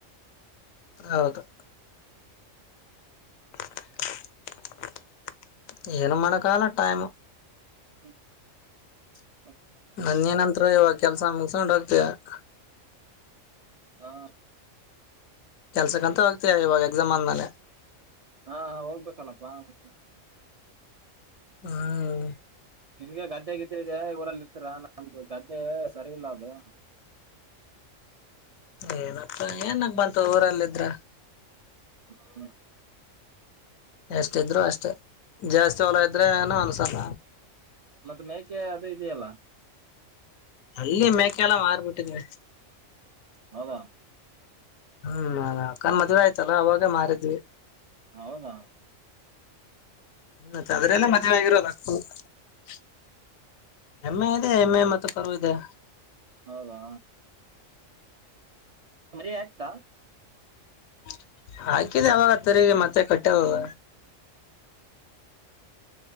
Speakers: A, on the left; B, on the right.
A: ಹೌದು <unintelligible> ಏನು ಮಾಡಕಲ ಟೈಮ
B: ಹ್ಮ್
A: ನನ್ ಯೆನಂದ್ರು ಇವಗ ಕೆಲ್ಸ ಮುಗಸಗೊಂಡು ತ್ಯ <unintelligible>
B: ಹಾ
A: ಕೆಲ್ಸಕ್ಕಂತ ಹೋಗ್ತೀಯ ಇವಾಗ ಎಕ್ಸಾಮ್ ಆದ್ಮೇಲೆ.
B: ಹಾ ಹೋಗ್ಬೇಕಲಪ ಮತೆ.
A: ಹ್ಮ್
B: ನಿಮ್ಗೆ ಗದ್ದೆ ಗಿದ್ದೆ ಇದೆ ಊರಲ್ಲಿ ಇರ್ತೀರ ನಮ್ದು ಗದ್ದೆ ಸರಿ ಇಲ್ಲ ಅದು.
A: ಏನಪ್ಪ ಏನಗ ಬಂತ ಊರಲ್ಲಿದ್ರ
B: <inaudible>
A: ಎಷ್ಟ ಇದ್ರು ಅಷ್ಟೇ. ಜಾಸ್ತಿ ಹೊಲ ಇದ್ರೆ
B: ಮೆ-
A: ಏನು ಅನ್ಸಲ.
B: ಮತ್ತೆ ಮೇಕೆ ಅದು ಇದೆಯಲ್ಲ.
A: ಅಲ್ಲಿ ಮೇಕೆಲ್ಲ ಮಾರ್ಬಿಟಿದಿನಿ.
B: ಹೌದ
A: ಹ್ಮ್ ಅಕ್ಕನ್ ಮದ್ವೆ ಆಯ್ತಲ ಅವಾಗೇ ಮಾರಿದ್ವಿ.
B: ಹೌದ
A: ಮತೆ ಅದ್ರಲ್ಲೇ ಮದ್ವೆ ಆಗಿರೋದ ಅಕ್ಕಂದ್. <unintelligible> ಎಮ್ಮೆ ಇದೆ ಎಮ್ಮೆ ಮತ್ತೆ ಕರು ಇದೆ.
B: ಹೌದಾ. ಮರಿ ಆಕ್ತಾ
A: <unintelligible> ಆಕಿದೆ ಅವಾಗ ತಿರಿಗಿ ಮತ್ತೆ ಕಟ್ಟೆದದ.